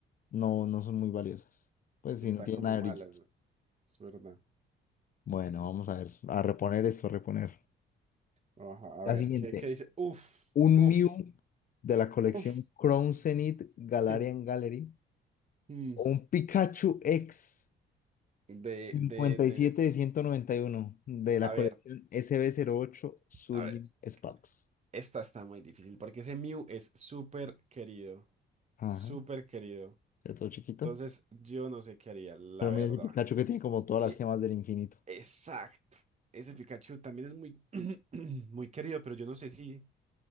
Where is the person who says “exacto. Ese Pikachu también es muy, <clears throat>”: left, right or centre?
Right